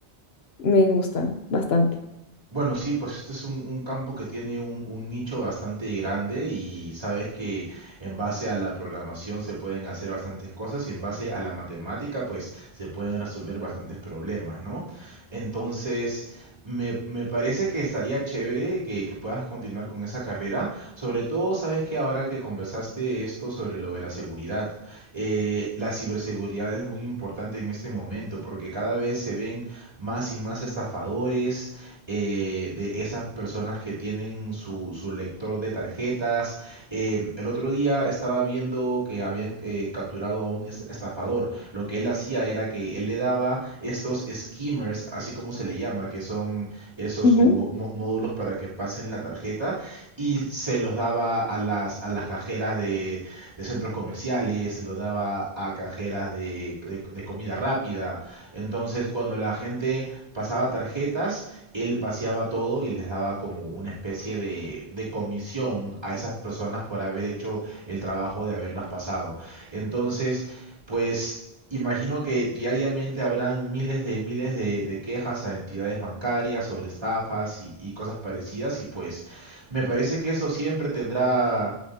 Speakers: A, on the left; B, on the right.
A: Me gusta bastante.
B: Bueno, sí, pues este es un, un campo que tiene un, un nicho bastante grande y sabes que en base a la programación se pueden hacer bastantes cosas y en base a la matemática pues se pueden resolver bastantes problemas, ¿no? Entonces, me, me parece que estaría chévere que, que puedas continuar con esa carrera, sobre todo sabes que ahora que conversaste esto sobre lo de la seguridad, eh, la ciberseguridad es muy importante en este momento porque cada vez se ven más y más estafadores eh, de esas personas que tienen su, su lector de tarjetas. Eh, el otro día estaba viendo que habían eh, capturado a un es- estafador. Lo que él hacía era que él le daba estos skimmers, así como se le llama, que son esos
A: Ujú.
B: como mo- módulos para que pasen la tarjeta, y se los daba a las, a las cajeras de, de centros comerciales, se los daba a cajeras de, de de comida rápida. Entonces, cuando la gente pasaba tarjetas, él vaciaba todo y les daba como una especie de, de comisión a esas personas por haber hecho el trabajo de haberlas pasado. Entonces, pues Imagino que diariamente habrán miles de miles de, de quejas a entidades bancarias sobre estafas y, y cosas parecidas y pues me parece que eso siempre tendrá